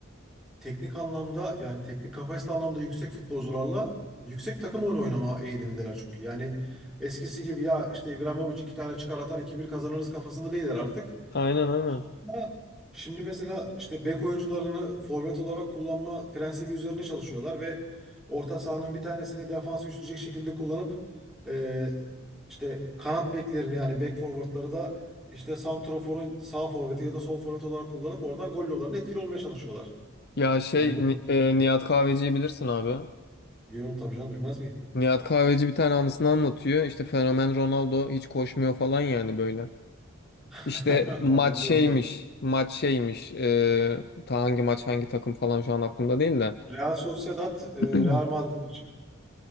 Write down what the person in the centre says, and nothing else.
teknik anlamda yani teknik kapasite anlamda yüksek futbolcularla yüksek takım oyunu oynama eğilimindeler çünkü. Yani eskisi gibi ya işte İbrahimovic iki tane çıkar atar 2-1 kazanırız kafasında değiller artık.
Hatta şimdi mesela işte bek oyuncularını forvet olarak kullanma prensibi üzerine çalışıyorlar ve orta sahanın bir tanesini defansı üçleyecek şekilde kullanıp e, işte kanat beklerini yani bek forvetleri da işte santraforun sağ forveti ya da sol forveti olarak kullanıp oradan gol yollarına etkili olmaya çalışıyorlar.
Hani
Biliyorum tabii canım bilmez miyim?
<laughs>
Biliyorum
tabii.
Real Sociedad, e,
Real Madrid maçı.